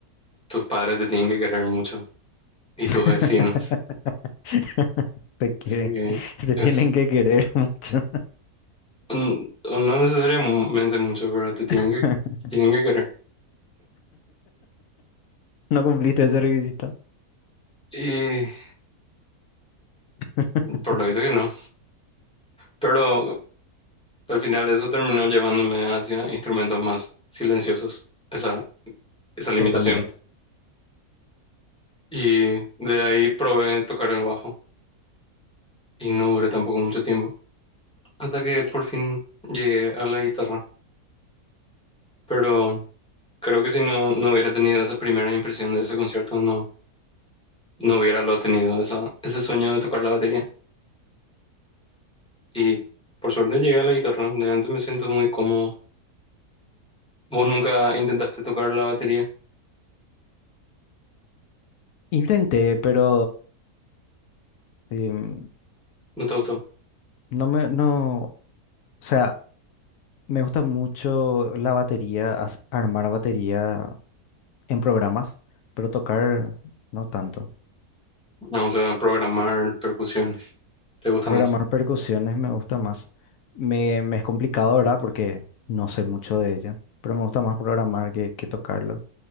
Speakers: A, in the centre; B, on the left.
A: tus padres te tienen que querer mucho y
B: <laughs>
A: tus vecinos.
B: Te quieren.
A: Así que
B: <laughs> Te
A: es
B: tienen que querer mucho.
A: mm, o no necesariamente mucho, pero te tienen
B: <laughs>
A: que, tienen que querer.
B: No cumpliste ese requisito.
A: Y
B: <laughs>
A: por lo visto que no. Pero al final eso terminó llevándome hacia instrumentos más silenciosos, esa, esa limitación.
B: Entre comillas.
A: Y de ahí probé tocar el bajo y no duré tampoco mucho tiempo, hasta que por fin llegué a la guitarra. Pero... Creo que si no, no hubiera tenido esa primera impresión de ese concierto, no, no hubiera lo tenido, esa, ese sueño de tocar la batería. Y por suerte llegué a la guitarra, de antes me siento muy cómodo. ¿Vos nunca intentaste tocar la batería?
B: Intenté, pero em,
A: ¿No te gustó?
B: no me, no, o sea, Me gusta mucho la batería, as- armar batería en programas, pero tocar no tanto.
A: No, o sea, programar percusiones. ¿Te gusta
B: Programar
A: más?
B: percusiones me gusta más. Me, me es complicado, ¿verdad? Porque no sé mucho de ella, pero me gusta más programar que, que tocarlo.